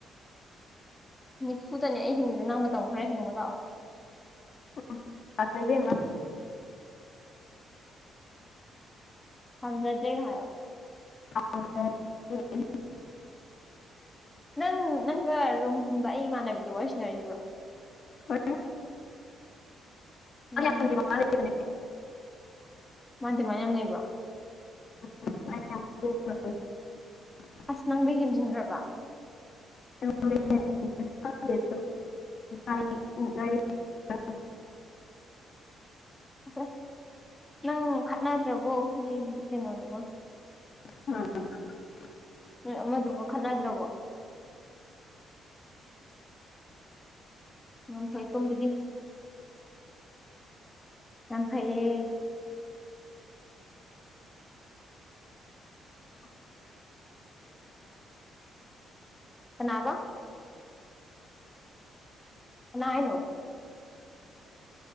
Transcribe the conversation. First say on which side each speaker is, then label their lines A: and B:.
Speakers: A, on the left; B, on the left.
A: ꯅꯤꯐꯨꯗꯅꯦ ꯑꯩ ꯍꯤꯡꯅꯤꯗ ꯅꯪ ꯃꯇꯝ ꯈꯔ ꯍꯦꯡꯕ ꯂꯥꯛꯑꯣ
B: ꯎ ꯑꯗꯨ
A: ꯍꯪꯖꯔꯗ ꯍꯥꯏꯑꯣ
B: ꯑ
A: ꯅꯪ ꯅꯪꯒ ꯔꯨꯝ ꯍꯨꯟꯕ ꯑꯩ ꯏꯃꯥꯟꯅꯕꯤꯗꯨꯣ ꯑꯣꯏꯁꯤꯟꯅꯔꯤꯕ꯭ꯔꯣ
B: ꯗ
A: ꯎꯝ
B: ꯌꯥꯅꯦ
A: ꯃꯥꯇꯤꯃ ꯌꯥꯝ ꯉꯩꯕ
B: <inaudible>
A: ꯅꯪꯗ ꯍꯦꯟꯖꯤꯟꯈ꯭ꯔꯕꯥ
B: <unintelligible>
A: <inaudible> ꯑꯁ ꯅꯪ ꯈꯠꯅꯗ꯭ꯔꯕꯣ ꯅꯣꯏꯒꯤ ꯀꯩꯅꯣꯗꯨꯒ
B: ꯑ
A: ꯎ ꯑꯃꯗꯨꯀꯣ ꯈꯠꯅꯗ꯭ꯔꯕꯣ ꯃ ꯐꯣꯏꯛꯇꯣ ꯃꯤꯗꯤ ꯌꯥꯝ ꯐꯩꯌꯦ ꯅꯥꯕ ꯅꯥꯏꯅꯣ